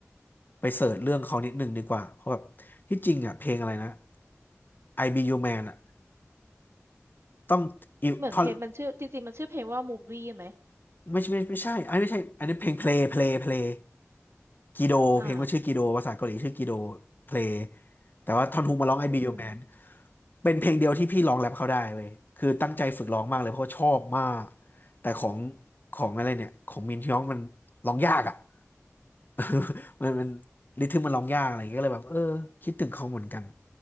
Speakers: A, on the left; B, on the right.
A: ไปเสิร์ชเรื่องเขานิดนึงดีกว่าเพราะแบบที่จริงอ่ะเพลงอะไรนะ I Be Your Man อ่ะต้องอิวท่อน
B: เหมือนเพลงมันชื่อจริงๆมันชื่อเพลงว่า m o v i ่ไหม
A: ไม่ใช่ไม่ไม่ใช่อันนี้ไม่ใช่อันนี้เพลงเพล y เพล y เพล y กีโดเพลงว่าชื่อกีโดภาษาเกาหลีชื่อกีโด
B: อ่า
A: เพล y แต่ว่าทอนฮุมาร้อง I
B: อืม
A: Be Your Man เป็นเพลงเดียวที่พี่ร้องแรปเขาได้เว้ยคือตั้งใจฝึกร้องมากเลยเพราะว่าชอบมากแต่ของของอะไรเนี่ยของมินฮยองมันร้องยากอ่ะ <laughs> มันมันริทึมมันร้องยากอะไรอย่างเงี้ยก็เลยแบบเออคิดถึงเขาเหมือนกัน